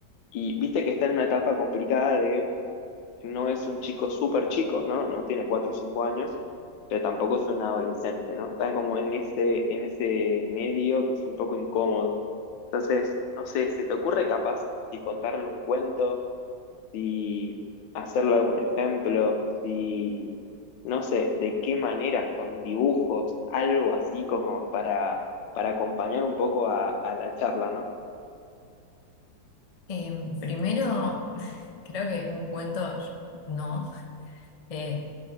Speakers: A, on the left; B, on the left.
A: Y viste que está en una etapa complicada de no es un chico súper chico, ¿no? No tiene 4 o 5 años, pero tampoco es un adolescente, ¿no? Está como en ese, en ese medio que es un poco incómodo. Entonces, no sé, ¿se te ocurre capaz y contarle un cuento? si hacerle algún ejemplo, si no sé de qué manera, con dibujos, algo así como para, para acompañar un poco a, a la charla, ¿no?
B: Eh, primero, <laughs> creo que un cuento no. Eh,